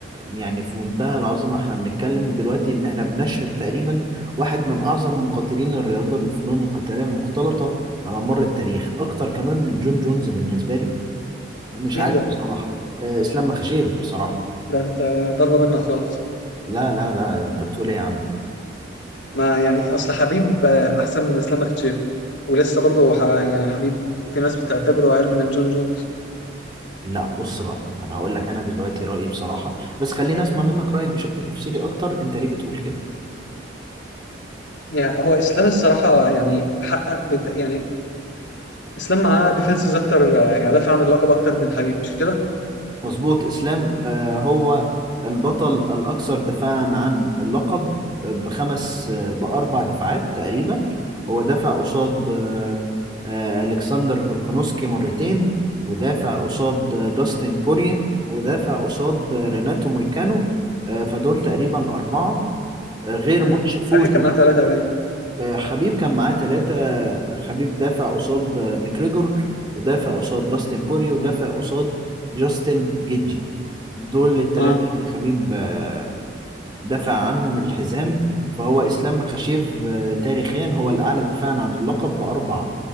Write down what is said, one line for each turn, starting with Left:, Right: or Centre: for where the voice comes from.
Right: يعني في منتهى العظمة احنا بنتكلم دلوقتي ان احنا بنشهد تقريبا واحد من اعظم مقاتلين الرياضة الفنون القتالية المختلطة على مر التاريخ اكتر كمان من جون جونز بالنسبة لي مش
Left: مين
Right: عارف
Left: ده
Right: بصراحة آه، اسلام مخاشيف بصراحة
Left: ده انت ضربة منك خالص
Right: لا لا لا انت بتقول ايه يا عم
Left: ما يعني اصل حبيب آه، احسن من اسلام مختشيف ولسه برضه ح... يعني حبيب في ناس بتعتبره اقل من جون جو
Right: لا بص بقى انا هقول لك انا دلوقتي رأيي بصراحة بس خليني اسمع منك رأيك بشكل تفصيلي اكتر انت ليه بتقول كده
Left: يعني هو اسلام الصراحة يعني حقق بت... يعني اسلام معاه ديفنسز اكتر آه، يعني دافع عن اللقب اكتر من حبيب مش كده؟
Right: مظبوط اسلام آه، هو البطل الاكثر دفاعا عن اللقب آه، بخمس آه، باربع دفاعات تقريبا هو دافع قصاد آه، آه، الكسندر فولكانوسكي مرتين ودافع قصاد آه، داستن بوريه ودافع قصاد آه، ريناتو مويكانو آه، فدول تقريبا اربعه آه، غير
Left: امم
Right: ماتش فوزه
Left: حبيب كان معاه ثلاثة باين
Right: آه، خبيب كان معاه ثلاثة خبيب دافع قصاد آه، ماكريجور ودافع قصاد داستن بوري ودافع قصاد جاستن جيجي دول الثلاثة
Left: اه
Right: اللي خبيب آه، دافع عنهم الحزام فهو إسلام خشيف آه، تاريخيا هو الأعلى دفاعا عن اللقب بأربع